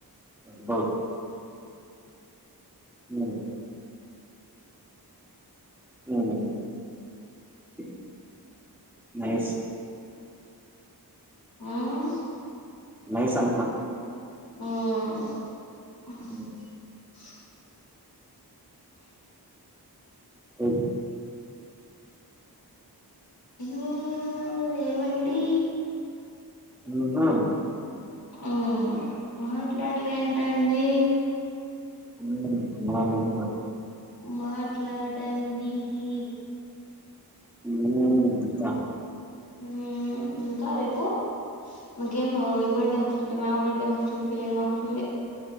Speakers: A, in the centre; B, on the left.
A: హలో మ్మ్ <unintelligible> నైస్
B: మ్మ్
A: నైస్ అంట్నా
B: మ్మ్ <unintelligible>
A: ఉమ్, అమ్
B: మ్మ్ ఏవండి
A: <unintelligible>
B: మ్మ్ మాట్లాడరు ఏంటండి
A: ఉ వారు ఏమి
B: మాట్లా డండి ఇ
A: ఏం ఇంక
B: మ్మ్ ఇంకా రేపు ఇంకేం మో నీ బడే వస్తూంటే నా బడే వర్షం ఫిలింగ్ వస్తుంది